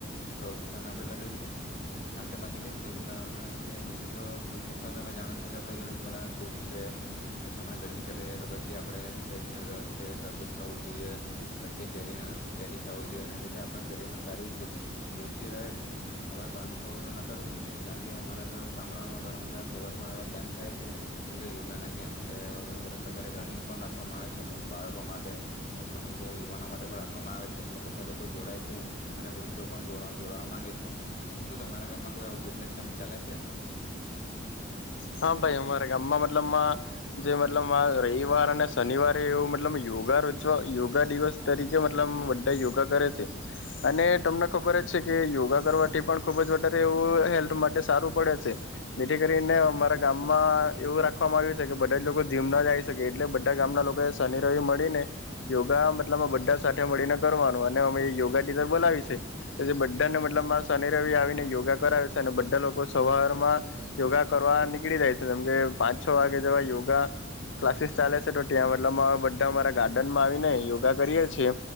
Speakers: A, on the left (about 40°); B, on the left (about 65°).
A: પ્રવૃત્તિ સામે આપણે લડીડી શકશું કારણ કે બાકી કે આપણે બીજું તો ફિટનેસમાં તમે જાણો છો કે આપણે ઘણા ફ્રૂટ છે પછી હમણાં ગરમી ચાલી રહી તો પછી આપણે સહેડીનો રસ છે તરબૂજ ખાવું જોઈએ પછી કેરીનો કેરી ખાવું જોઈએ એના લીધે આપણા શરીરમાં સારી ફૂડ્સ ફ રહે છે આપડ બનું નગર ઉ જોઈએ કારણ કે અમારા તો ગામડામાં ઘણા બધા સવારમાં એવા કેમ્પ થાય છે કેમ કે યોગાના કેમ્પ છે એવા ઘણા બધા પ્રકારની રનિંગ પણ રાખ સ આવે છે અમુક બાળકો માટે પછી અમુક યુવાનો માટે પણ રાખવામાં આવે છે એટલે બધા લોકો જોડાય છે અને વૃદ્ધો પણ જોડાવા માંગે છે શ તમારા ગામમાં કોઈ ફિટનેસ કેમ ચાલે છે
B: હા ભાઈ અમારા ગામમાં મતલબ જે મતલબ આ રવિવાર અને શનિવારે એવું મતલબ યોગા રજવા યોગા દિવસ તરીકે મતલબ બધા યોગા કરે છે અને તમને ખબર જ છે કે યોગા કરવાથી પણ ખુબ જ વધારે એવું હેલ્થ માટે સારું પડે છે જેથી કરીને અ ગામમાં એવું રાખવામાં આવ્યું છે કે બધા જ લોકો જીમ ના જાય શકે એટલે બધા ગામના લોકો એ શનિ રવિ મળીને યોગા મતલબ બધા સાથે મળીને કરવાનું અને અમે યોગા ટીચર બોલાવી છે જે બધાને મતલબ આ શનિ રવિ આવીને યોગા કરાવે છે અને બધા લોકો સવાર માં યોગા કરવા પાંચ છ વાગે જેવા યોગા ક્લાસીસ ચાલે છે તો ત્યાં મતલ અ બધા અરા ગાર્ડન માં આવીને યોગા કરીએ છી